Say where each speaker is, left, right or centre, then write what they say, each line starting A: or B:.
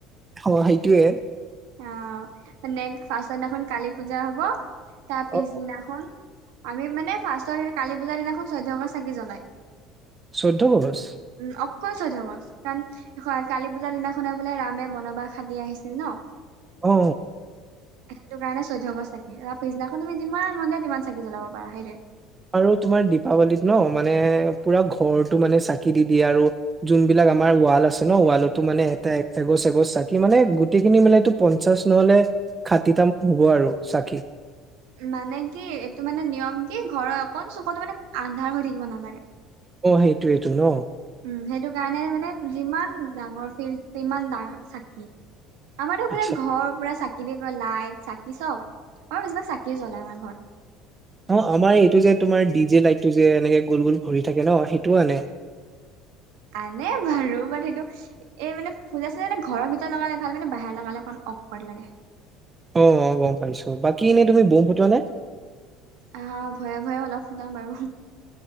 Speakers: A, on the right; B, on the right.
A: অ সেইটোৱে।
B: অ', মানে ফাৰ্ষ্টৰ দিনাখন কালী পূজা হব, তাৰ পিছদিনাখন
A: অ
B: আমি মানে ফাষ্টৰ দিনা কালি পূজা দিনাখন চৈধ্য গচ চাকি জ্বলায়।
A: চৈধ্য গচ।
B: উম অকল চৈধ্য গচ, কাৰণ কালী পূজাৰ দিনাখনে বোলে ৰামে বনবাস খাটি আহিছিল ন।
A: অ।
B: সেইটো কাৰণে চৈধ্য গচ চাকি, আৰু পিছদিনাখন তুমি যিমান মন যায় তিমান চাকি জ্বলাব পাৰা সেইটোৱে।
A: আৰু তোমাৰ দীপাৱলীত ন মানে পুৰা ঘৰটো মানে চাকি দি দিয়ে আৰু জোনবিলাক আমাৰ ৱাল আছে ন ৱালতো মানে এটা এগছ এগছ চাকি মানে গোটেইখিনি মিলাইতো পঞ্চাশ নহলে, ষাঠিটামান হব আৰু চাকি।
B: মানে কি এইটো মানে নিয়ম কি ঘৰৰ অকণ চুকতো মানে আন্ধাৰ হৈ থাকিব নালাগে।
A: অ সেইটোৱেতো ন।
B: উ সেইটো কাৰণে মানে যিমান ডাঙৰ ফিল্ড তিমান ডা চাকি। আমাৰতো পূৰা
A: আচ্ছা
B: ঘৰ পূৰা চাকিদি কৰে লাইট চাকি চব, আমাৰ বেছিভাগ চাকিয়ে জ্বলাই আমাৰ ঘৰত।
A: অ' আমাৰ এইটো যে তোমাৰ ডি জে লাইট টো যে এনেকে গোল গোল ঘূৰি থাকে ন সেইটোও আনে।
B: আনে বাৰু মানে সেইটো এ মানে পূজা চূজাত মানে ঘৰৰ ভিতৰত লগালে ভাল মানে বাহিৰত লগালে অকন অক'ৱাৰ্ড লাগে।
A: অ' অ' গম পাইছোঁ, বাকী এনে তুমি ব'ম ফুটোৱা নে?
B: অ' ভয়ে ভয়ে অলপ ফুটাও বাৰু।